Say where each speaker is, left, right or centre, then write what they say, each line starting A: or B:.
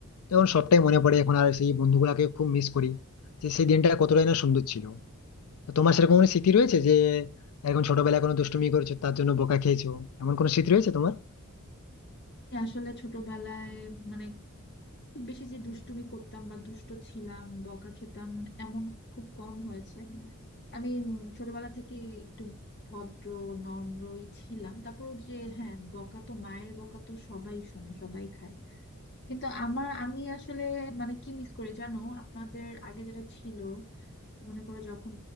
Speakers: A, on the left; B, on the left.
A: তখন সবটাই মনে পড়ে এখন আর সেই বন্ধুগুলাকে খুব মিস করি যে সেই দিনটা কতটাই না সুন্দর ছিল তো তোমার সেরকম কোনো স্মৃতি রয়েছে যে এখন ছোটবেলায় কোনো দুষ্টুমি করেছো তার জন্য বোকা খেয়েছো এমন কোনো স্মৃতি রয়েছে তোমার
B: আসলে ছোটবেলায় মানে খুব বেশি যে দুষ্টুমি করতাম বা দুষ্ট ছিলাম বকা খেতাম এমন খুব কম হয়েছে আমি উম ছোটবেলা থেকে একটু ভদ্র নম্রই ছিলাম তারপর যে হ্যাঁ বকা তো মায়ের বকা তো সবাই শোনে সবাই খায় কিন্তু আমার আমি আসলে মানে কি মিস করি জানো আপনাদের আগে যেটা ছিল মনে করো যখন